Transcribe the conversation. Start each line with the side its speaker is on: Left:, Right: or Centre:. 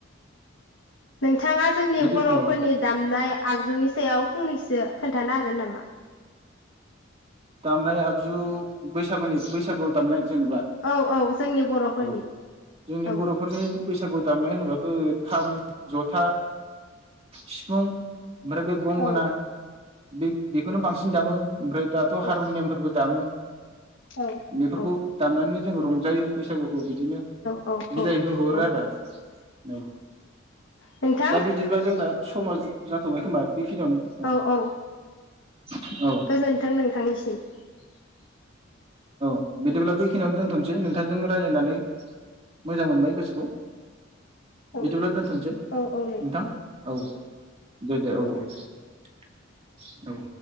Left: बिथाङा जोंनि
Right: बिदि
Left: बर'फोरनि
Right: औ
Left: दामनाय आगजौनि सायाव फंनैसो खोन्थानो हागोन नामा
Right: दामनाय आगजु बैसागुनि बैसागु दामनाय जेनेबा
Left: औ औ जोंनि बर'फोरनि
Right: औ जोंनि
Left: औ
Right: बर'फोरनि बैसागु दामनाय होनोबाथ' खाम जथा सिफुं ओमफ्राय बे गंगोना
Left: औ
Right: बे बेखौनो बांसिन दामो ओमफ्राय दाथ'
Left: औ
Right: हारमुनियामफोरबो दाम
Left: औ
Right: बेफोरखौ
Left: औ
Right: दामनानै जों रंजा जायो बैसागुखौ बिदिनो
Left: औ
Right: बिदाय होहरो
Left: औ
Right: आरो औ
Left: नोंथां
Right: दा बिदिब्ला जोंना समा जाथ'बाय खोमा बेखिनियावनो औ
Left: ओ औ
Right: औ
Left: गोजोन्थों नोंथां नोंथांनिसिम <inaudible>
Right: औ बिदिब्ला बेखिनियावनो दोनथ'नोसै नोंथांजों रायजलायनानै मोजां मोनबाय गोसोखौ
Left: औ
Right: बिदिब्ला दोनथ'सै
Left: औ औ
Right: नोंथां औ दे दे औ औ औ